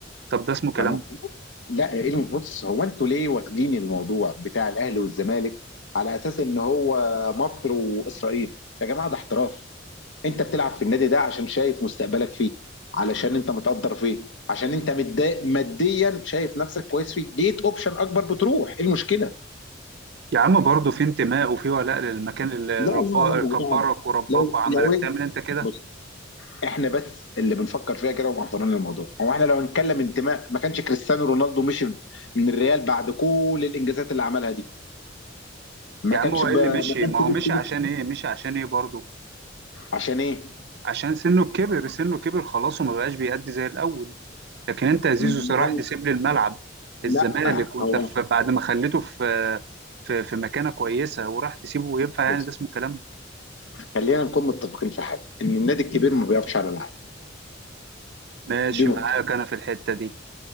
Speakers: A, on the right; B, on the left.
A: طب ده اسمه كلام
B: فانا لا إيه الم- بص هو انتوا ليه واخدين الموضوع بتاع الاهلي والزمالك على اساس ان هو مصر واسرائيل يا جماعه ده احتراف انت بتلعب في النادي ده عشان شايف مستقبلك فيه علشان انت متقدر فيه عشان انت متضايق ماديا شايف نفسك كويس فيه جيت اوبشن اكبر بتروح ايه المشكله
A: يا عم برضه في انتماء وفي ولاء للمكان اللي
B: لا
A: ربا
B: لا لا الموضوع
A: كبرك ورباك
B: لو
A: وعملك
B: لو انت
A: تعمل انت كده
B: بص احنا بس اللي بنفكر فيها كده ومعفرين الموضوع هو احنا لو هنتكلم انتماء ما كانش كريستيانو رونالدو مشي من الريال بعد كل الانجازات اللي عملها دي ما
A: يا
B: كانش
A: عم هو
B: ب...
A: ايه اللي
B: ما
A: مشي
B: كانش
A: ما هو مشي
B: نفسه
A: عشان ايه مشي عشان ايه برضه
B: عشان ايه؟
A: عشان سنه كبر سنه كبر خلاص وما بقاش بيأدي زي الاول لكن انت يا زيزو
B: ما-
A: صراحة تسيب لي الملعب الزمالك
B: لا
A: وانت
B: هو
A: في بعد ما خليته في في في مكانه كويسه وراح تسيبه وينفع
B: بص
A: يعني ده اسمه كلام
B: خلينا نكون متفقين في حاجه ان النادي الكبير ما بيقفش على اللعيب
A: ماشي
B: دي نقطه
A: معاك انا في الحته دي